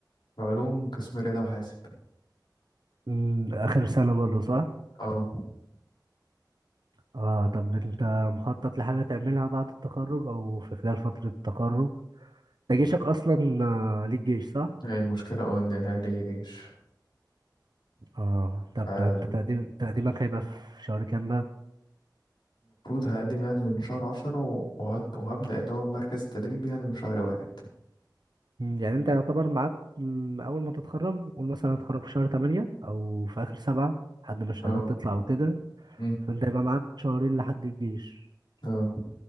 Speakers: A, on the left; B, on the right.
A: علوم قسم رياضة وحاسب
B: مم، اخر سنه برضو صح
A: اه
B: اه طب انت مخطط لحاجه تعملها بعد التخرج او في خلال فتره التخرج ده جيشك اصلا آه، ليك جيش صح
A: هي المشكلة اه ان انا ليا جيش
B: اه
A: فالمفروض
B: طب ده انت تقديم تقديمك هيبقى في شهر كام بقى
A: هقدم يعني من شهر عشرة و- وهت- وهبدأ اللي هو مركز التدريب يعني من شهر واحد
B: مم، يعني انت يعتبر معاك مم، اول ما تتخرج قول مثلا هتخرج في شهر 8 او في اخر 7 لحد ما الشهادات
A: اه
B: تطلع وكده
A: مم.
B: فانت يبقى معاك شهرين لحد الجيش
A: اه